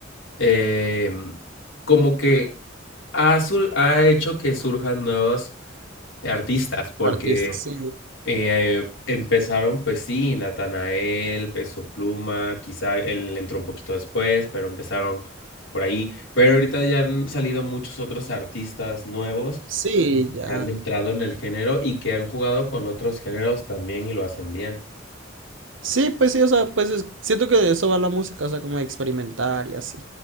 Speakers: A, on the left; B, on the right.
A: eh, como que ha, sur- ha hecho que surjan nuevos artistas, porque
B: Artistas, sí.
A: eh, empezaron, pues sí, Natanael, Peso Pluma, quizá él entró un poquito después, pero empezaron por ahí. Pero ahorita ya han salido muchos otros artistas nuevos
B: Sí, ya.
A: que han entrado en el género y que han jugado con otros géneros también y lo hacen bien.
B: Sí, pues sí, o sea, pues es- siento que de eso va la música, o sea, como experimentar y así.